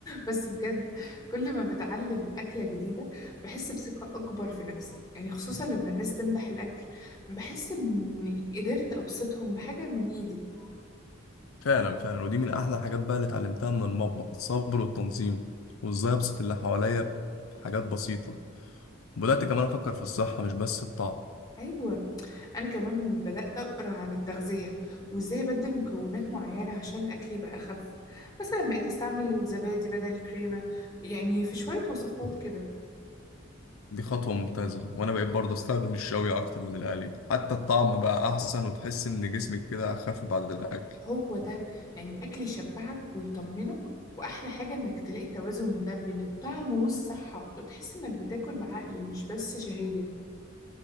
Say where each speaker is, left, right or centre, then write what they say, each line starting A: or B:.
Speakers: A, on the left; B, on the left.
A: بس بجد كل ما بتعلم أكلة جديدة بحس بثقة أكبر في نفسي يعني خصوصا لما الناس تمدح الأكل بحس إني قدرت أبسطهم بحاجة من إيدي
B: فعلا فعلا ودي من أحلى الحاجات بقى اللي اتعلمتها من المطبخ الصبر والتنظيم وإزاي أبسط اللي حواليا بحاجات بسيطة وبدأت كمان أفكر في الصحة مش بس الطعم
A: أيوة أنا كمان بدأت أقرأ عن التغذية وإزاي أبدل مكونات معينة عشان الأكل يبقى أخف مثلا بقيت أستعمل زبادي بدل الكريمة يعني في شوية وصفات كده
B: دي خطوة ممتازة وأنا بقيت برضه أستخدم الشوي أكتر من القلي حتى الطعم بقى أحسن وتحس إن جسمك كده أخف بعد الأكل
A: هو ده يعني أكل يشبعك ويطمنك وأحلى حاجة إنك تلاقي توازن ده بين الطعم والصحة وتحس إنك بتاكل بعقل مش بس شهية